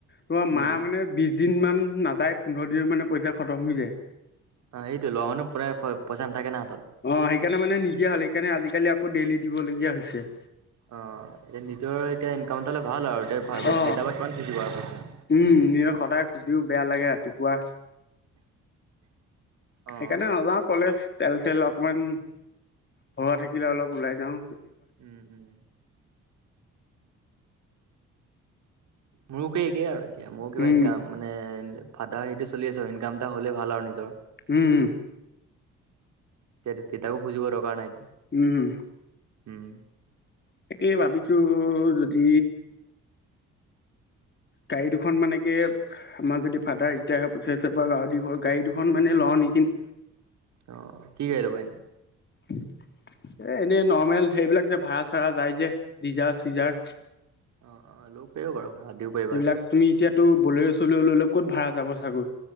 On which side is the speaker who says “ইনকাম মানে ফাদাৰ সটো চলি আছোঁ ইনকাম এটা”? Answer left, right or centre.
Right